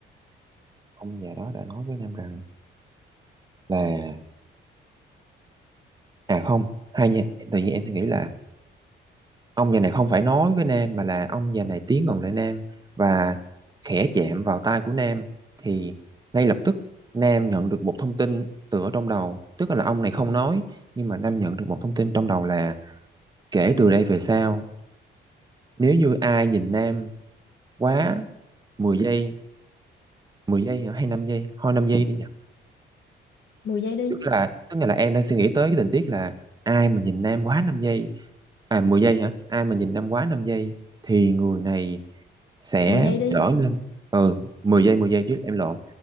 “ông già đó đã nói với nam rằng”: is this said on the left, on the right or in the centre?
Right